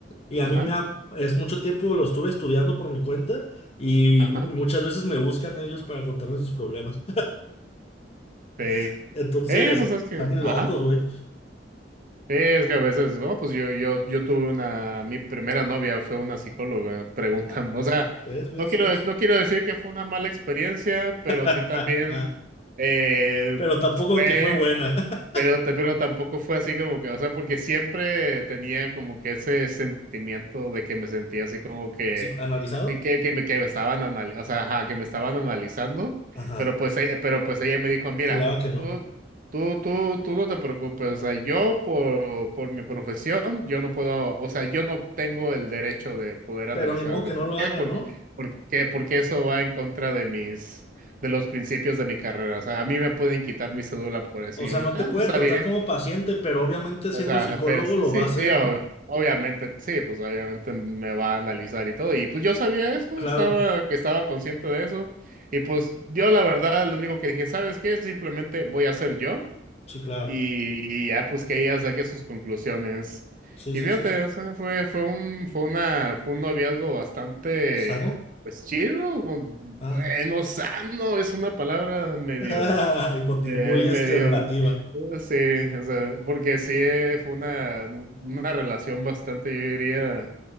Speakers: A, on the left; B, on the right.
A: Y a
B: ajá,
A: mí me ha- es mucho tiempo lo estuve estudiando por mi cuenta y,
B: ajá,
A: y muchas veces me buscan ellos para contarme sus problemas.
B: sí.
A: <laughs> Entonces,
B: Eh, pues es que,
A: también
B: ajá.
A: locos, güey.
B: Sí, es que a veces, no, pues yo, yo, yo tuve una, mi primera novia fue una psicóloga, preguntan,
A: Ah,
B: o sea,
A: ¿ves, ves,
B: no quiero,
A: ves?
B: dec- no quiero decir que fue una mala experiencia, pero
A: <laughs>
B: sí también eh,
A: Pero tampoco
B: fue.
A: que fue buena. <laughs>
B: Pero, te- pero tampoco fue así como que, o sea, porque siempre tenía como que ese sentimiento de que me sentía así como que,
A: Sí, ¿Analizado?
B: eh, que, que me, que me estaban analizando, o sea, ajá, que me estaban analizando,
A: Ajá.
B: pero pues, e- pero pues ella me dijo, mira,
A: Juraba que
B: tú,
A: no.
B: tú, tú, tú no te preocupes, o sea, yo por, por mi profesión, yo no puedo, o sea, yo no tengo el derecho de poder analizar
A: Pero ni modo
B: de
A: que
B: por
A: no lo
B: qué,
A: haga,
B: porque,
A: ¿no?
B: porque, porque eso va en contra de mis de los principios de mi carrera. O sea, a mí me pueden quitar mi cédula por eso.
A: O
B: Y
A: sea,
B: yo dije,
A: no
B: ah,
A: te puede
B: pues está
A: tratar
B: bien.
A: como paciente, pero obviamente
B: O
A: siendo
B: sea,
A: psicólogo
B: pero sí,
A: lo
B: sí,
A: va a hacer,
B: sí, ob-
A: ¿no?
B: obviamente, sí, pues obviamente me va a analizar y todo. Y pues yo sabía eso,
A: Claro,
B: estaba, que estaba consciente de eso. Y pues yo la verdad, lo único que dije, ¿sabes qué? Simplemente voy a ser yo.
A: sí, claro.
B: Y, y ya pues que ella saque sus conclusiones.
A: Sí,
B: Y
A: sí,
B: fíjate,
A: sí, sí.
B: o sea, fue, fue un, fue una, fue un noviazgo bastante,
A: ¿Sano?
B: pues chido, bueno,
A: Ah.
B: sano, es una palabra medio,
A: <laughs> Hipote-
B: eh,
A: Muy
B: medio,
A: este, relativa.
B: eh, sí, o sea, porque sí eh, fue una, una relación bastante, yo diría,